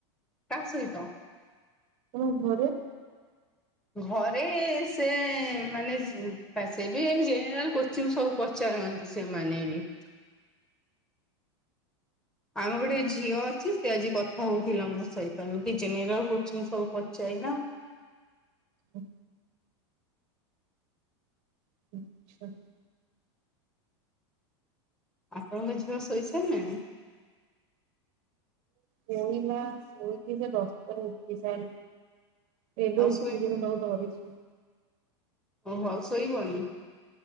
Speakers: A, in the centre; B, on the right.
A: କାହା ସହିତ?
B: <unintelligible> ଘରେ।
A: ଘରେ ସେ ମାନେ ସେ ବି ଏମିତି ଜେନେରାଲ କୋ ଚୀନ୍ ସବୁ ପଚାରନ୍ତି ସେମାନେ ବି। ଆମ ଗୋଟେ ଝିଅ ଅଛି ସେ ଆଜି କଥା ହଉଥିଲା ମୋ ସହିତ ଏମିତି ଜେନେରାଲ କ୍ଵେସ୍ଚନ ସବୁ ପଚାଇଲା।
B: ହ <unintelligible>
A: ଆପଣଙ୍କ ଝିଅ ଶୋଇ ସାରିଲାଣି?
B: ଶୋଇଲା ଶୋଇକି ସେ ଦଶଟାରେ ଉଠି ସାରିଲା। ଏବେ
A: ଆଉ
B: ଉଠିଲା
A: ଶୋଇବନି
B: ମୁଁ <unintelligible>
A: ଓହୋ ଆଉ ଶୋଇବନି?